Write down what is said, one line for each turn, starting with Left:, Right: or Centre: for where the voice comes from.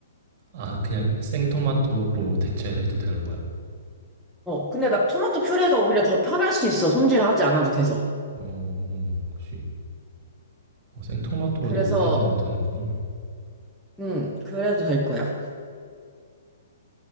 Right: 아, 그냥 생토마토로 대체해도 되는 거야?
Centre: 어, 근데 나 토마토 퓨레가 오히려 더 편할 수 있어. 손질하지 않아도 돼서.
Right: 어, 그렇지. 어, 생토마토로도
Centre: 그래서,
Right: 해서 되는구나.
Centre: 음, 그래도 될 거야.